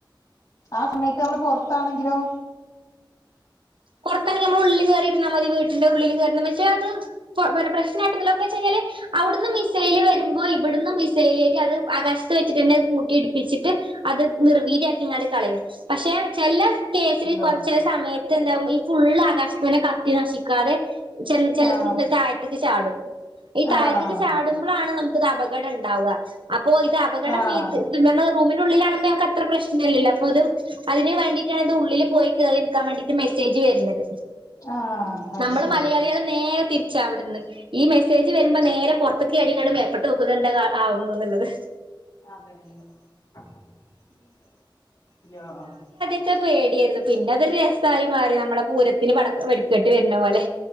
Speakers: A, on the left; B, on the right.
A: ആ സമയത്ത് നമ്മള് പൊറത്താണെങ്കിലോ
B: പൊറത്താണെങ്കി നമ്മള് ഉള്ളില് കേറി രുന്നാ മതി വീട്ടിന്റെ ഉള്ളില് കേറി നിന്നാ പക്ഷേ അത് പ പ്ര പ്രശ്നായിട്ട് എന്തല്ലോക്കെ ചെയ്യല് അവിടുന്ന് മിസൈല് വരുമ്പോ ഇവിട്ന്ന് മിസൈലേറ്റിഅത് ആകാശത്ത് വച്ചിട്ട് തന്നെത് കൂട്ടിയിടിപ്പിച്ചിട്ട് അത് നിർവീര്യാക്കി ങ്ങാട് കളയും പക്ഷെ ചെല കേസില്
A: അയ്യോ
B: കൊറച്ച് സമയത്ത് എന്താ ഈ ഫുള്ള് ആകാശത്തന്നെ കത്തി നശിക്കാതെ ചെൽ ചെലത്
A: ആഹ്
B: നെ താഴ്ത്ത്ക്ക് ചാടും ഈ താഴ്ത്തക്ക്
A: ആഹ്
B: ചാടുമ്പഴാണ് നമുക്ക് ഇത് അപകടം ഇണ്ടാവുക അപ്പൊ ഇത് അപകടം
A: ആഹ്
B: മീത് ഇത് മേന്ന് റൂമിന്റെ ഉള്ളിലാണുമ്പോ ഞമ്മക്ക് അത്ര പ്രശ്നുല്ലല്ല അപ്പൊത് അതിന് വേണ്ടി ക്കത് ഇത് ഉള്ളില് പോയിട്ട് കേറി എടുക്കാൻ വേണ്ടിട്ട് മെസ്സേജ് വെരുന്നത്
A: ആഹ് അത്
B: നമ്മള്
A: ശരി
B: മലയാളികള് നേരെ തിരിച്ചാ അവിടുന്ന് ഈ മെസ്സേജ് വരുമ്പോ നേരെ പുറത്ത്ക്ക് ചാടി ങ്ങള് മേപ്പട്ട് നോക്കുന്നണ്ട് എന്തക്ക ആ ആകുന്നു എന്നുള്ളത്
A: അതെന്നെ <unintelligible>
B: പക്ഷെ പേടിയാരുന്നു പിന്ന അതൊരു രസായി മാറി നമ്മളെ പൂരത്തിന് വടക്ക് വെടി ക്കെട്ട് വെരുന്ന പോലെ